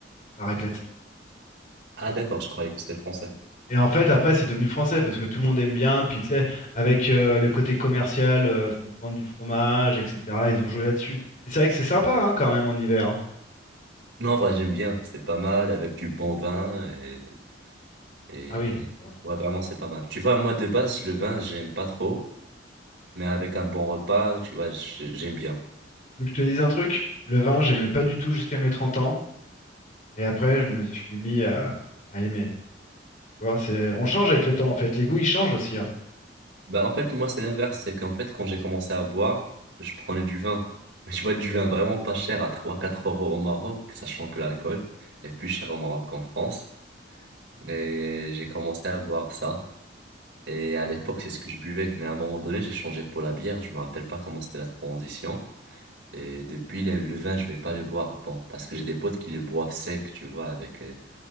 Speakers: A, on the left; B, on the right.
A: la raclette.
B: Ah d'accord, je croyais que c'était français.
A: Et en fait, après, c'est devenu français parce que tout le monde aime bien. Puis, tu sais, avec euh, le côté commercial, euh, faut vendre du fromage, etc. Ils ont joué là-dessus. Et c'est vrai que c'est sympa hein, quand même en hiver. hein.
B: Non, en vrai, j'aime bien. C'est pas mal avec du bon vin et, de- et...
A: Ah oui, c'est pas mal.
B: Ouais, vraiment, c'est pas mal. Tu vois, moi, de base, le vin, j'aime pas trop, mais avec un bon repas, tu vois, j'ai- j'aime bien.
A: Tu veux que je te dise un truc? Le vin, j'aimais pas du tout jusqu'à mes 30 ans. Et après, je me suis mis à, à aimer. Tu vois, c'est... On change avec le temps, en fait. Les goûts, ils changent aussi. hein.
B: Bah, en fait, moi, c'est l'inverse. C'est qu'en fait, quand j'ai commencé à boire, je prenais du vin. Mais tu vois, du vin vraiment pas cher à trois quatre euros au Maroc, sachant que l'alcool est plus cher au Maroc qu'en France. Et j'ai commencé à boire ça. Et à
A: Ok,
B: l'époque, c'est ce que je buvais. Mais à un moment donné, j'ai changé pour la bière. Je me rappelle pas comment c'était la transition. Et depuis le, le vin, je vais pas le boire. Bon, parce que j'ai des potes qui le boivent sec, tu vois, avec euh,